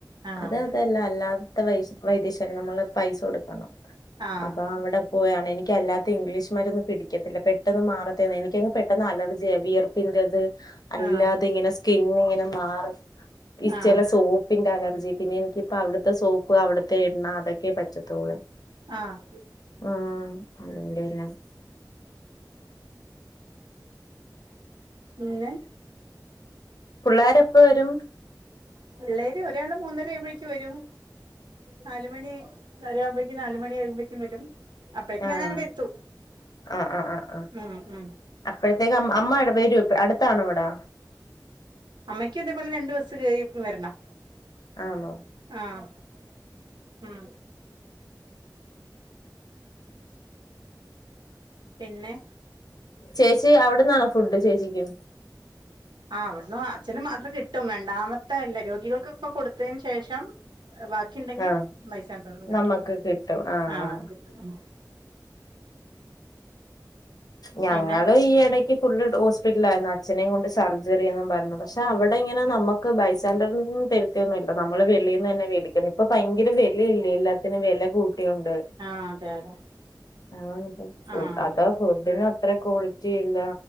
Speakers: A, on the right (about 80°); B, on the left (about 60°).
A: ആഹ്
B: അതാര് തല്ല അല്ലാത്ത വൈശ് വൈദ്യശാല അമ്മള് പൈസൊട്ക്കണം
A: ആഹ്
B: അപ്പൊ അവടെ കോയാണെനിക്ക് അല്ലാത്ത ഇംഗ്ലീഷ് മര്ന്ന് പിടി ക്ക്യത്തില്ല പെട്ടെന്ന് മാറത്തൊ എനിക്കങ്ങ് പെട്ടെന്ന് അലർജിയ വിയർപ്പിൻ്റെത് അല്ലാതെ
A: ആഹ്
B: ങ്ങനെ സ് കിങ്ങ് ങ്ങനെ മാറും ഈ
A: ആഹ്
B: ചെലെ സോ പ്പിന്റെ അലർജി പിന്നെ എനിക്കിപ്പോ അവ്ട്ട്ത്തെ സോപ്പ് അവ്ട്ത്തെ എണ്ണ അതൊക്കെ പറ്റതൊള്ളു.
A: ആഹ്
B: ആഹ് <unintelligible>
A: പിന്നെ
B: പിള്ളാരെപ്പവരും
A: പിള്ളേര് ഒരാള് മൂന്നരാവുമ്പഴേക്ക് വെരും. നാലുമണി ഒരാമ്പഴേക്കും നാലുമണ്യാവുമ്പഴ്ക്കും വെരും. അപ്പഴേക്ക്
B: ആഹ്
A: ഞാനങ്ങടെത്തു.
B: ആഹ് ആഹ് ആഹ് ആഹ്
A: ഉം ഉം
B: അപ്പഴത്തേക്ക് അം അമ്മാടെ വെരു പ് അട്ത്താണ് വടാ
A: അമ്മയ്ക്കി തേപോലെ രണ്ട് ബസ്സ് കേറി വരണം.
B: ആന്നോ
A: ആഹ് ഉം പിന്നെ
B: ചേച്ചി അവ്ട്ന്നാണോ ഫുഡ് ചേച്ചിക്ക്‌?
A: ആഹ് ഇവട്ന്ന് അച്ഛന് മാത്രം കിട്ടും. രണ്ടാമത്തെ അല്ല രോഗികൾക്ക് ക്ക് കൊട്ത്തെയ്ന് ശേഷം ബാക്കിണ്ടെങ്കി
B: ആഹ്
A: ബൈസ്റ്റാ <unintelligible> കിട്ടും.
B: നമ്മക്ക് കിട്ടും ആഹ്
A: ആ
B: ആഹ്
A: ഒര് ഉം.
B: ഞങ്ങള്
A: പിന്നെ
B: ഈ എട ക്ക് ഫുള്ള് ഹോസ്പിറ്റലായിരുന്നു അച്ഛനേം കൊണ്ട് സർജറി എന്നും പറഞ്ഞ് പക്ഷെ അവടെ ഇങ്ങനെ നമക്ക് ബൈ സ്റ്റാൻ്റേ <unintelligible> തെ <unintelligible> നമ്മള് വെളിൽന്ന് തന്നെ വേടിക്കണം ഇപ്പൊ ഭയങ്കര വിലയില്ലേ എല്ലാത്തിനും വില കൂട്ടിയൊണ്ട്
A: ആഹ് അതെ അതെ
B: <unintelligible>
A: ആഹ്
B: ഫുഡിനും അത്ര ക്വാളിറ്റി ഇല്ല